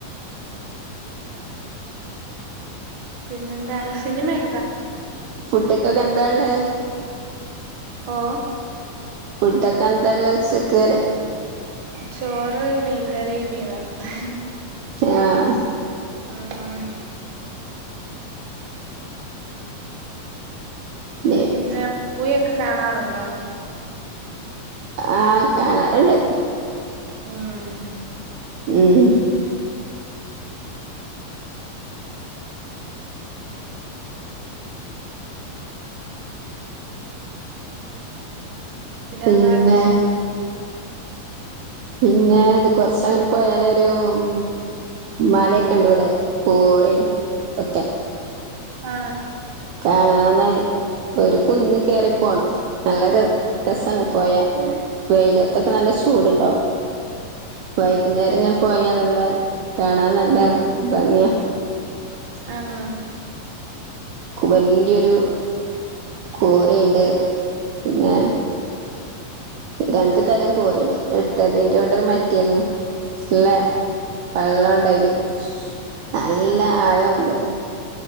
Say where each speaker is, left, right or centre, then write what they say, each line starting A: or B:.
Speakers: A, on the right (about 70°); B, on the right (about 80°).
A: പിന്നെന്താണ് സിനിമയൊക്കെ കാ
B: ഫുഡ്കൊക്കെ എന്താള്ളെ
A: ഓ
B: ഫുഡക്കെ എന്താ എള്ളെ ഉച്ചക്ക് വരെ
A: ചോറ് മീൻകറി മീൻ വറുത്ത്
B: ആഹ
A: ഇം
B: നി
A: പിന്നെ മൂവിയൊക്കെ കാണാറുണ്ടോ
B: ആഹ് കാണാറിണ്ട്
A: ഉം
B: ഉം പിന്നെ
A: എന്താണ് വിശേ
B: പിന്നെ ഇത് കൊറച്ച അങ്ങോട്ട് പോയാലരു ഉ മലയക്കെ ഇണ്ട് ഇവിടെ കോറയും ഒക്കെ
A: ആ
B: കാണാന് ഒരു കുന്ന് കേയറി പോണം നല്ലരു രസാണ് പോയ വെയില് അതൊക്കെ നല്ല ചൂട്ണ്ടാവും വൈകുന്നേരം ഇങ്ങനെ പോയാ നല്ല കാണാൻ നല്ല ഭംഗിയ
A: ആന്നോ
B: വല്യോരു കോറിയിണ്ട് പിന്നെ രണ്ടു തരം കോറിണ്ട് വിട്ടതിന്റെ ഒണ്ട് മറ്റേത് ഇല്ല വെള്ളണ്ട് ഡയില് നല്ല
A: ആഹ്
B: ആഴ ഒണ്ട്